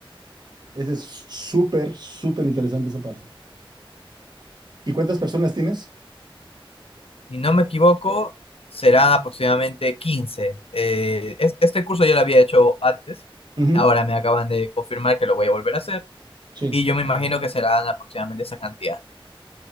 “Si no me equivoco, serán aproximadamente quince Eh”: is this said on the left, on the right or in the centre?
Left